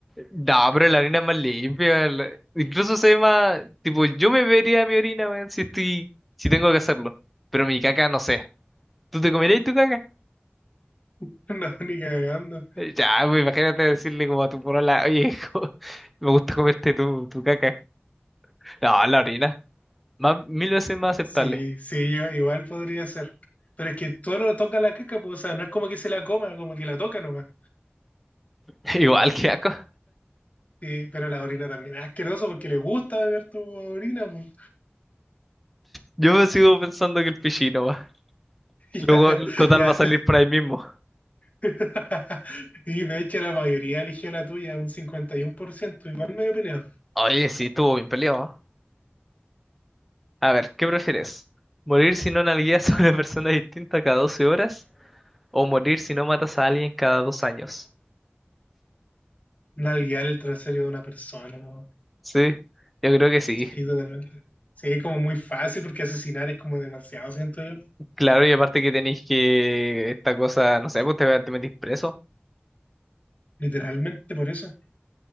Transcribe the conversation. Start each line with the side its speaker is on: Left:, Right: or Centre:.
Centre: No, pero la orina es más limpia. la- Incluso se ve más, tipo, yo me bebería mi orina, weón, si estoy, si tengo que hacerlo. Pero mi caca, no sé. ¿Tú te comerías tu caca?
Left: <laughs> No, ni cagando.
Centre: Ya, pues, imagínate decirle como a tu porola, oye, <laughs> como, me gusta comerte tu, tu caca. No, la orina. Más, mil veces más aceptable.
Left: Sí, sí, yo igual podría ser. Pero es que todo lo toca la caca, pues, o sea, no es como que se la coma, como que la toca nomás.
Centre: <laughs> Igual que asco.
Left: Sí, pero la orina también es asqueroso porque le gusta beber tu orina, pues.
Centre: Yo me sigo pensando que el pichino va.
Left: <laughs>
Centre: Luego, total,
Left: Ya,
Centre: va a salir
Left: ya.
Centre: por ahí mismo.
Left: <laughs> Y de hecho la mayoría eligió la tuya, un cincuenta y uno por ciento igual medio peleado.
Centre: Oye, sí, estuvo bien peleado. ¿ah? A ver, ¿qué prefieres? ¿Morir si no nalgueas <laughs> a una persona distinta cada 12 horas? ¿O morir si no matas a alguien cada dos años?
Left: Nalguear el trasero de una persona, ¿no?
Centre: Sí, yo creo que sí.
Left: Sí, totalmente. Sí, es como muy fácil porque asesinar es como demasiado, siento yo.
Centre: Claro, y aparte que tenéis que esta cosa, no sé, pues te, te metís preso.
Left: Literalmente por eso.